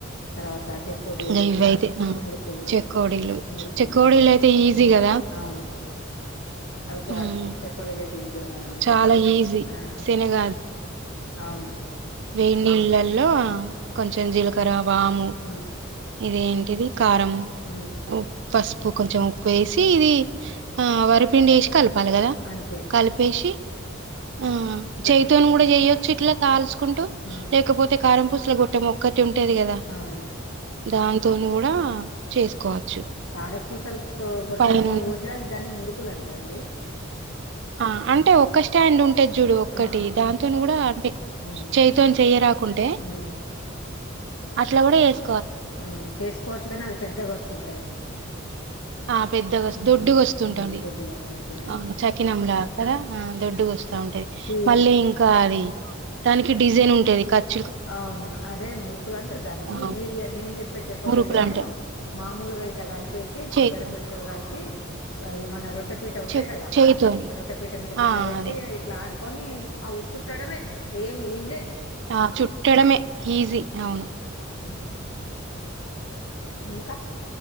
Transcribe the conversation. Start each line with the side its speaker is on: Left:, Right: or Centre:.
Left: తర్వాత చెకోడీలు,
Right: ఇంగ ఇవైతే ఆ
Left: మురుకులు
Right: చెకోడీలు
Left: మురుకులు
Right: చెకోడీలు అయితే ఈజీ కదా
Left: అవును, అవి చ
Right: మ్మ్
Left: చెకోడీలై ఈజీగానే ఉంటయ్
Right: చాలా ఈజీ
Left: ఆ
Right: శనగ
Left: అవును.
Right: వేడ్నీళ్ళల్లో
Left: ఉమ్
Right: కొంచెం జీలకరా వాము
Left: ఉమ్
Right: ఇదేంటిది కారం
Left: ఉమ్
Right: ఉ పసుపు, కొంచెం ఉప్పేసి ఇది వరిపిండేషి కలుప్ పాలగదా
Left: అంతే
Right: కలిపేసి, ఆ
Left: ఒక
Right: చెయ్తోను గుడా చేయొచ్చు ఇట్ల కాల్చు కుంటూ
Left: ఆ
Right: లేకపోతే కారం పూసల గొట్టమొక్కటె ఉంటది గదా
Left: అవును
Right: దాంతోని గూడా చేసుకోవచ్
Left: కారప్పుసలతో గొట్టం
Right: పైనుండి
Left: తోటి పోసేది దాన్ని మురుకులంటరండి.
Right: ఆ అంటే ఒక్క స్టాండ్ ఉంటది జూడు ఒక్కటి
Left: ఆ
Right: దాంతోని
Left: ఆ
Right: గూడా అంటే
Left: ఆ
Right: చేైతోని చెయ్యరాకుంటే
Left: ఉమ్
Right: అట్ల గుడా జేస్
Left: ఆ చేసుకోవచ్చు గనీ అది పెద్దగ వస్తుంటది.
Right: ఆ పెద్దగస్
Left: ఆ
Right: దొడ్డుగొస్తుంటది
Left: ఆ దొడ్డుగా వస్తుంటది అది
Right: ఆ చకినంలాగ కదా ఆ దొడ్డుగొస్తావుంటది
Left: ఈ
Right: మళ్ళీ ఇంకా అది దానికి డిజైన్ ఉంటది కట్
Left: అవునవును అదే మురుకులంటరు దాన్ని,
Right: ఆ!
Left: మీరు జె నేను జెప్పే చెకోడీలేమొ
Right: మురుకులంటారు
Left: మామూల్ గొ ఇట్ల గలిపేసి
Right: చేయితోని
Left: వరపిండితోటి గలిపి అది మన రొట్ ట్టేపీట ఉంటది
Right: చె
Left: గదా,
Right: చేయితోని.
Left: ఆ రొట్ట పీట మీద గిట్ల
Right: ఆ!
Left: పెట్టి
Right: అదే.
Left: ఇట్లాన్ కొని అది చుట్టడమే ఏమి ఈజే
Right: ఆ చుట్టడమే ఈజీ, అవును.
Left: హ ఇంకా